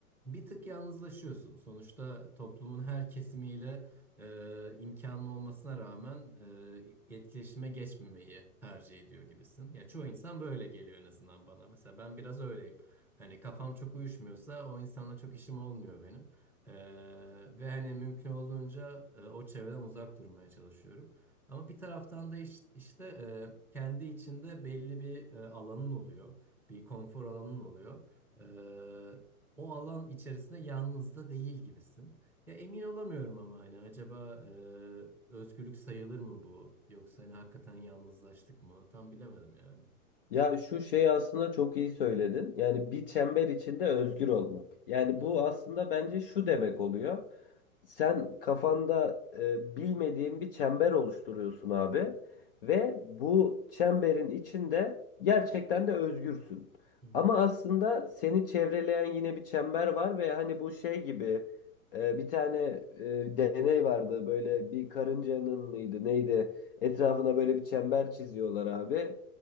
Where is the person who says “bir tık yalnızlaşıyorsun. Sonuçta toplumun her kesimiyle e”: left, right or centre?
Centre